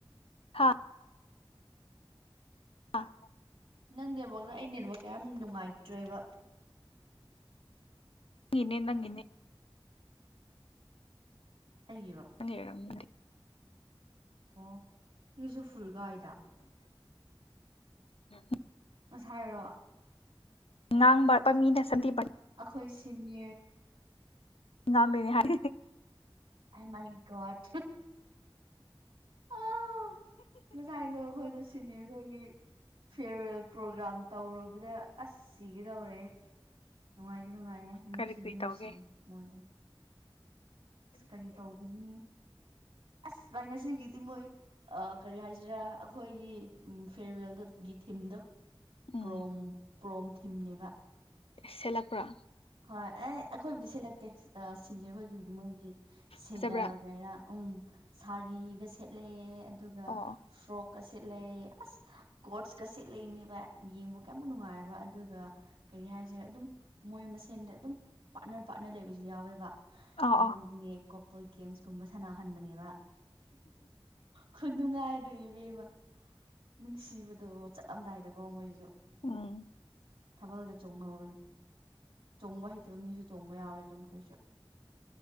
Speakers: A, on the left; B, on the right.
A: ꯍꯥꯥ ꯑ
B: ꯅꯪ ꯅꯦꯕꯅ ꯑꯩ ꯅꯦꯕ ꯀꯌꯥꯝ ꯌꯥꯝ ꯅꯨꯡꯉꯥꯏꯇ꯭ꯔꯦꯕ
A: ꯅꯪꯅꯦ ꯅꯪꯒꯤꯅꯦ
B: ꯑꯩꯒꯤꯔꯣ
A: ꯅꯟꯒꯝ ꯅ
B: ꯑꯣ ꯀꯁꯨ ꯐ ꯀꯥꯏꯗ
A: ꯎ
B: ꯉꯁꯥꯏꯔꯣ
A: ꯑ ꯉꯥꯡꯕꯠꯄ ꯃꯤꯅ ꯁꯟꯗꯤꯕꯟ
B: ꯍꯣꯏ ꯁꯤꯅꯤ
A: ꯉꯃꯤꯅꯤ ꯍꯥꯏ
B: ꯑꯥꯏ ꯃꯥꯏ ꯣꯠ ꯑꯥ ꯉꯁꯥꯏꯗꯣ ꯑꯩꯈꯣꯏꯗ ꯁꯤꯅꯤ ꯑꯩꯈꯣꯏꯒꯤ ꯐꯤꯌꯔꯋꯦꯜ ꯄ꯭ꯔꯣꯒ꯭ꯔꯥꯝ ꯇꯧꯔꯨꯕꯗ ꯑꯁ ꯁꯤꯒꯗꯧꯔꯦ ꯅꯨꯡꯉꯥꯏꯇ ꯅꯨꯡꯉꯥꯏꯌꯦꯦ ꯅꯨꯡꯁꯤꯕꯤ
A: ꯀꯔꯤ ꯀꯔꯤ
B: ꯅꯨꯡꯁꯤꯕꯤ
A: ꯇꯧꯒꯦ
B: ꯃꯣꯏꯗꯣ ꯑꯁ ꯀꯔꯤ ꯇꯧꯕꯒꯅꯤ ꯑꯁ ꯚꯥꯏ ꯉꯁꯤꯒꯤꯗꯤ ꯃꯣꯏ ꯀꯔꯤ ꯍꯥꯏꯁꯤꯔꯥ ꯑꯩꯈꯣꯏꯒꯤ ꯎ ꯐꯦꯔꯋꯦꯜ ꯒꯤ ꯊꯤꯝꯗꯣ
A: ꯎꯝ
B: ꯑ꯭ꯔꯣꯝ ꯄ꯭ꯔꯣꯝ ꯊꯤꯝꯅꯦꯕ
A: ꯁꯦꯠꯂꯛꯄ꯭ꯔꯥ
B: ꯍꯣꯏ ꯑꯦ ꯑꯩꯈꯣꯏꯕꯨꯗꯤ ꯁꯤꯜꯂꯛꯇꯦ ꯁꯤꯅꯤꯌꯔ ꯑꯣꯏꯣꯏꯈꯤꯕꯗꯤ ꯃꯣꯏ ꯁꯤ
A: ꯐꯖꯕ꯭ꯔꯥ
B: ꯀꯔ ꯎꯝ ꯁꯥꯔꯤꯒ ꯁꯦꯠꯂꯛꯑꯦ ꯑꯗꯨꯒ
A: ꯑꯣ
B: ꯁ꯭ꯔꯣꯛꯣꯛ ꯀ ꯁꯤꯠꯂ ꯑꯁ ꯀꯣꯆꯀ ꯁꯤꯠ ꯂꯩꯅꯦꯕ ꯌꯦꯡꯕꯒ ꯌꯥꯝꯨꯛ ꯅꯨꯡꯉꯥꯏꯕ ꯑꯗꯨꯒ ꯀꯔꯤ ꯍꯥꯏꯁꯤꯔꯦ ꯑꯗꯨꯝ ꯃꯣꯏ ꯃꯁꯦꯟꯗ ꯑꯗꯨꯝ ꯄꯥꯔꯠꯅꯔ ꯄꯥꯔꯠꯅꯔ ꯂꯩꯕꯁꯨ ꯌꯥꯎꯋꯦꯕ
A: ꯑ ꯑ
B: ꯑꯗꯨꯗꯒꯤ ꯀꯣꯄꯜ ꯒꯦꯝꯁꯀꯨꯝꯕ ꯁꯥꯟꯅꯍꯟꯕꯅꯦꯕ ꯈꯨꯗꯨꯉꯥꯏ ꯑꯗꯨꯒꯤꯕꯦꯝꯃ ꯅꯨꯡꯁꯤꯕꯗꯣ ꯆꯠꯂꯝꯗꯥꯏꯗꯀꯣ ꯃꯣꯏꯁꯨ
A: ꯎꯝ
B: ꯊꯥꯕꯜꯒ ꯆꯣꯡꯍꯧꯔꯅꯤ ꯆꯣꯡꯕ ꯍꯩꯇꯕ ꯃꯤꯁꯨ ꯆꯣꯡꯕ ꯌꯥꯎꯔꯦ ꯑꯗꯨꯝ ꯑꯩꯈꯣꯏꯁꯨ